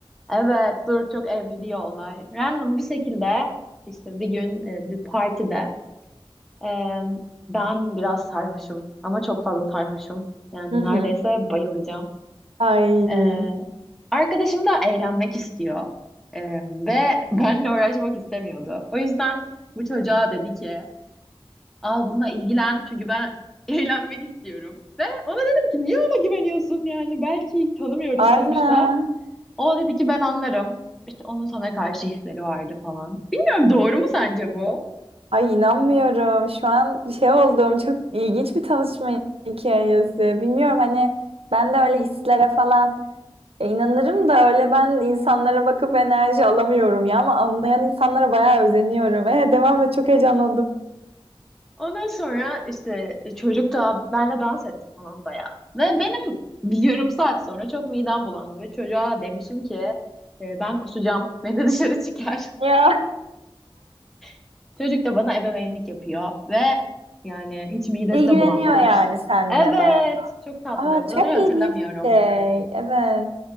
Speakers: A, in the centre; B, on the right.
A: evet dur çok evriliyor olay. Random bir şekilde işte bir gün e, bir partide eee, ben biraz sarhoşum ama çok fazla sarhoşum. Yani
B: Hı hı.
A: neredeyse bayılacağım.
B: Ay.
A: Ee, arkadaşım da eğlenmek istiyor. Ee, ve <laughs> benle uğraşmak istemiyordu. O yüzden bu çocuğa dedi ki al bununla ilgilen çünkü ben <laughs> eğlenmek istiyorum. Ve ona dedim ki niye ona güveniyorsun yani belki tanımıyoruz
B: <laughs> Aynen.
A: sonuçta. O dedi ki ben anlarım. İşte onun sana karşı hisleri vardı falan. Bilmiyorum doğru mu sence bu?
B: Ay inanmıyorum. Şu an şey oldum. Çok ilginç bir tanışma hikayesi. Bilmiyorum hani ben de öyle hislere falan e, inanırım da öyle ben insanlara bakıp enerji alamıyorum ya ama anlayan insanlara bayağı özeniyorum. E, devam et çok heyecanlandım.
A: Ondan sonra işte e, çocuk da benle dans etti falan bayağı. Ve benim bir yarım saat sonra çok midem bulandı ve çocuğa demişim ki "E, ben kusacağım. Beni dışarı çıkar.
B: Ya
A: <laughs> Çocuk da bana ebeveynlik yapıyor ve yani hiç midesi
B: ilgileniyor
A: de bulanmamış.
B: yani seninle
A: Evet,
B: bayağı.
A: çok tatlı.
B: Aa
A: Buraları
B: çok
A: hatırlamıyorum.
B: ilginç bir şey. Evet.